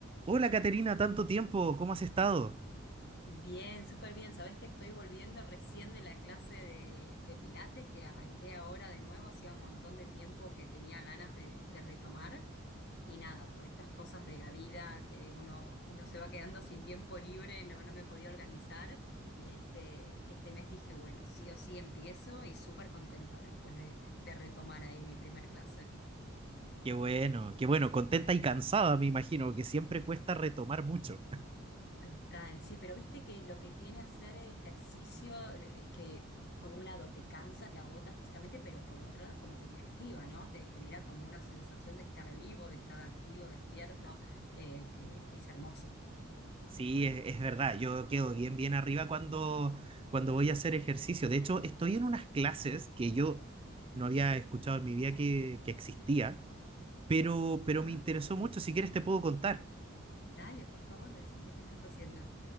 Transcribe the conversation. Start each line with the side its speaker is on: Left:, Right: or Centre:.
Right: Hola Caterina, tanto tiempo, ¿cómo has estado?
Left: Bien, súper bien. Sabés que estoy volviendo recién de la clase de, de Pilates que arranqué ahora de nuevo. Hacía un montón de tiempo que tenía ganas de, de retomar. Y nada, por estas cosas de la vida que uno, uno se va quedando sin tiempo libre, no, no me podía organizar. Y este, este mes dije, bueno, sí o sí empiezo y súper contenta después de, de retomar ahí mi primer clase.
Right: Qué bueno, qué bueno, contenta y cansada, me imagino, que siempre cuesta retomar mucho.
Left: Total, sí, pero viste que lo que tiene hacer ejercicio, eh, que por un lado te cansa, te agota físicamente, pero por el otro lado es como que te activa, ¿no? Te genera como una sensación de estar vivo, de estar activo, despierto, eh, que, que es hermoso.
Right: Sí, es, es verdad, yo quedo bien, bien arriba cuando, cuando voy a hacer ejercicio. De hecho, estoy en unas clases que yo no había escuchado en mi vida que, que existía, pero, pero
Left: Ajá,
Right: me interesó mucho. Si quieres, te puedo contar.
Left: dale, por favor, decime qué estás haciendo.